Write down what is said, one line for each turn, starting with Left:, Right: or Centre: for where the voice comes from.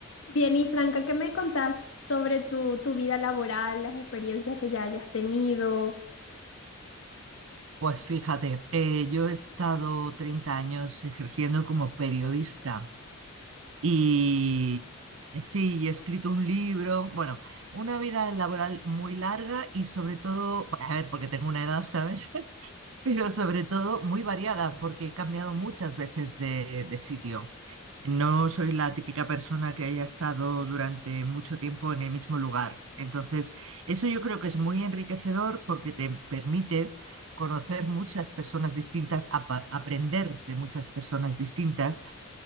Left: Bien, y Franca, ¿qué me contás sobre tu, tu vida laboral, las experiencias que ya hayas tenido?
Right: Pues fíjate, eh, yo he estado 30 años ejerciendo como periodista y eh, sí, y he escrito un libro, bueno, una vida laboral muy larga y sobre todo, a ver, porque tengo una edad, ¿sabes? <laughs> pero sobre todo muy variada, porque he cambiado muchas veces de, de sitio. No soy la típica persona que haya estado durante mucho tiempo en el mismo lugar. Entonces, eso yo creo que es muy enriquecedor porque te permite conocer muchas personas distintas, apa- aprender de muchas personas distintas.